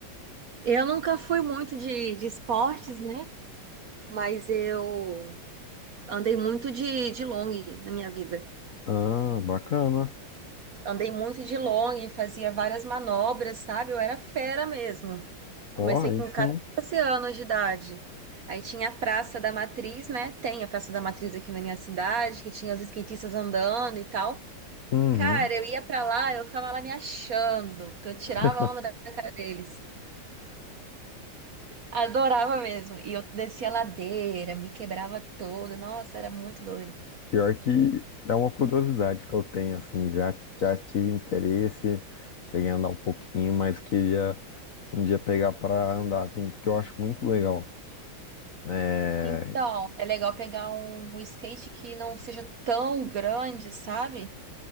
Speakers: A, on the right (about 60°); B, on the left (about 55°).
A: Eu nunca fui muito de, de esportes, né? Mas eu andei muito de, de long na minha vida.
B: Ah, bacana.
A: Andei muito de long, fazia várias manobras, sabe? Eu era fera mesmo.
B: Ó,
A: Comecei
B: aí
A: com
B: sim.
A: 14 anos de idade. Aí tinha a Praça da Matriz, né? Tem a Praça da Matriz aqui na minha cidade, que tinha os skatistas andando e tal.
B: Uhum.
A: Cara, eu ia pra lá, eu ficava lá me achando, porque eu tirava
B: <laughs>
A: a onda da cara deles. Adorava mesmo. E eu descia a ladeira, me quebrava toda. Nossa, era muito doido.
B: Pior que é uma curiosidade que eu tenho, assim, já, já tive interesse, cheguei a andar um pouquinho, mas queria um dia pegar pra andar, assim, porque eu acho muito legal. É...
A: Então, é legal pegar um, um skate que não seja tão grande, sabe?